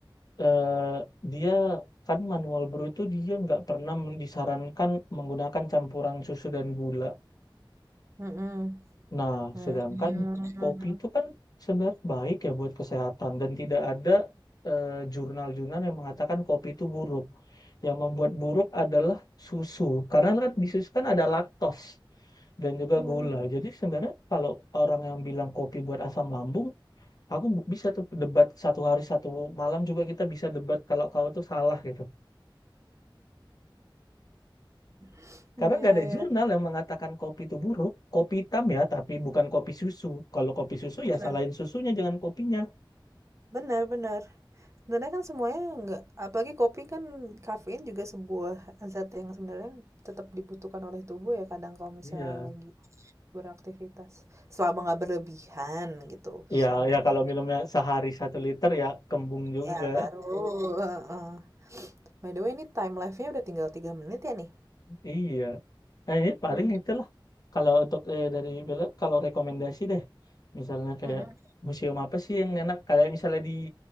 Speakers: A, on the left (about 50°); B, on the right (about 35°).
A: eh, dia kan manual brew itu dia nggak pernah disarankan menggunakan campuran susu dan gula
B: Mm-mm.
A: Nah,
B: Mm-mm.
A: sedangkan kopi itu kan sebenarnya baik ya buat kesehatan dan tidak ada eh, jurnal-jurnal yang mengatakan kopi itu buruk. Yang membuat buruk adalah susu, karena kan di susu kan ada laktos dan juga
B: Mm-mm.
A: gula. Jadi sebenarnya kalau orang yang bilang kopi buat asam lambung, aku bu- bisa tuh debat satu hari satu malam juga kita bisa debat kalau kau tuh salah gitu.
B: <laughs>
A: Karena
B: Iya,
A: nggak ada
B: iya.
A: jurnal yang mengatakan kopi itu buruk. Kopi hitam ya, tapi bukan kopi susu. Kalau kopi susu
B: Benar,
A: ya salahin susunya jangan kopinya.
B: benar, benar. Sebenarnya kan semuanya nggak, apalagi kopi kan kafein juga sebuah zat yang sebenarnya tetap dibutuhkan oleh tubuh ya kadang kalau misalnya
A: Iya.
B: lagi beraktivitas. Selama nggak berlebihan gitu,
A: Iya,
B: selama
A: ya
B: ini.
A: kalau minumnya sehari satu liter ya kembung juga.
B: Ya, baru. heeh. By the way, ini time live-nya udah tinggal 3 menit ya nih.
A: Iya. Nah, ini paling
B: Hmm.
A: itulah. Kalau untuk eh, dari Bella, kalau rekomendasi deh, misalnya kayak
B: Mm-mm.
A: museum apa sih yang enak? Kayak misalnya di